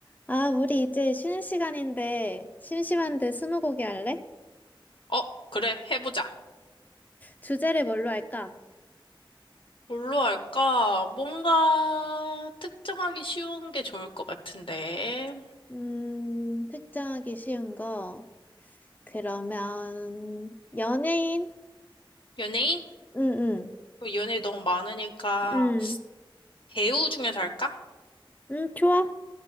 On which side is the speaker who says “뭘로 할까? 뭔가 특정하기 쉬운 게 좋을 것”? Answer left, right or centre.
Left